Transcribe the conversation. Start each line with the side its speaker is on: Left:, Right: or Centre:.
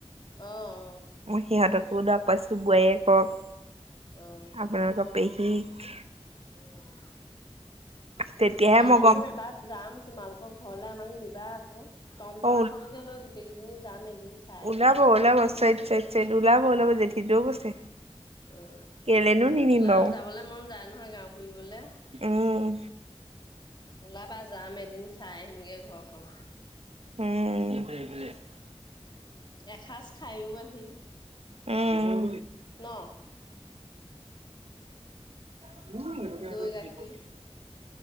Left: অঁ, অঁ।
Right: মই সিহঁতকো লগ পাইছোঁ বোৱাৰীয়েকক,
Left: অ',
Right: আপোনালোকৰ পেহীক।
Left: উম,
Right: তেতিয়াহে
Left: ওলাবাচোন
Right: মই গম
Left: এবাৰ। যাম। তোমালোকৰ ঘৰলে আমাক নিবা আক'। টম
Right: অ
Left: টম এখনকে লৈ গোটেইকেইজনী যাম এদিন। চাই আহিমগে।
Right: ওলাব ওলাব চাইত চাইত চাইত ওলাব ওলাব জেঠীটো কৈছে।
Left: অঁ,
Right: কেলেনো নিনিম
Left: ওলাম
Right: বাৰু
Left: যাবলে মন যায় নহয়, গাওঁ ফুৰিবলে।
Right: উম
Left: ওলাবা, যাম এদিন চাই আহিমগে ঘৰখন।
Right: উম।
Left: এসাঁজ খাইওঁ আহিম
Right: উম।
Left: ন'?
Right: <unintelligible>
Left: দৈ গাখীৰ